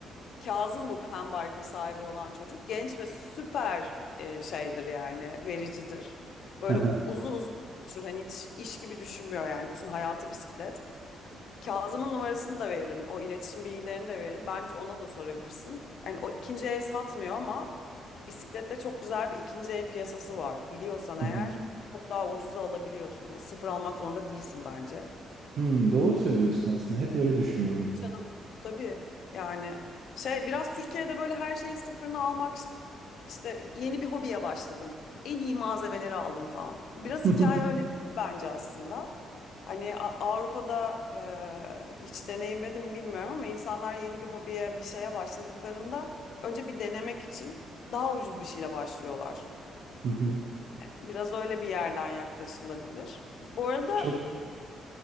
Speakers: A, on the left; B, on the right.
A: Kazım bu Pembark'ın sahibi olan çocuk. Genç ve süper e, şeydir yani vericidir. Böyle
B: Aha.
A: uzun uzun konuşur. Hani hiç iş gibi düşünmüyor yani. Bütün hayatı bisiklet. Kazım'ın numarasını da veririm. O iletişim bilgilerini de veririm. Bence ona da sorabilirsin. Hani o ikinci el satmıyor ama bisiklette çok güzel bir ikinci el piyasası var. Biliyorsan eğer
B: Hı hı.
A: çok daha ucuza alabiliyorsun. Hani sıfır almak zorunda değilsin bence.
B: Hmm, doğru söylüyorsun aslında. Hep öyle düşünüyordum.
A: Canım. Tabii yani şey biraz Türkiye'de böyle her şeyin sıfırını almak işte yeni bir hobiye başladım. En iyi malzemeleri aldım falan. Biraz
B: <laughs>
A: hikaye öyle bence aslında. Hani A- Avrupa'da e, hiç deneyimledim mi bilmiyorum ama insanlar yeni bir hobiye bir şeye başladıklarında önce bir denemek için daha ucuz bir şeyle başlıyorlar.
B: Hı hı.
A: Biraz öyle bir yerden yaklaşılabilir. Bu arada
B: Çok